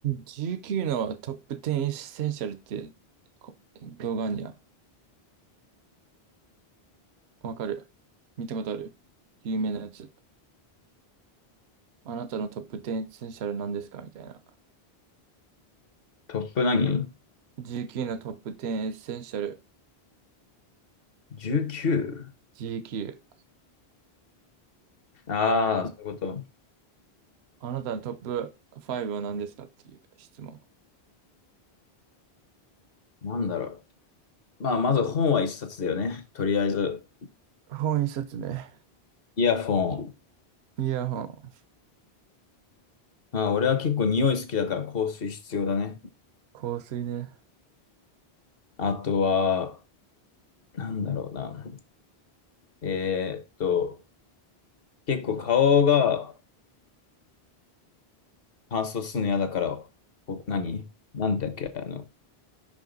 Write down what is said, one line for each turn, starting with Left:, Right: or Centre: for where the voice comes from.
Right: GQ のトップ10エッセンシャルってこ動画あんにゃん。わかる見たことある有名なやつ。あなたのトップ10エッセンシャルなんですかみたいな。
Left: トップ何
Right: GQ のトップ10エッセンシャル。
Left: ?19?
Right: GQ
Left: ああー、そういうこと。
Right: あなたのトップ5は何ですかっていう質問。
Left: なんだろう。まあ、まず本は一冊だよね。とりあえず。
Right: 本一冊ね。
Left: イヤフォン。
Right: イヤホン。
Left: まあ、俺は結構匂い好きだから香水必要だね。
Right: 香水ね。
Left: あとは、なんだろうな。えーっと、結構顔が乾燥するの嫌だから、こ何なんだっけ、あの、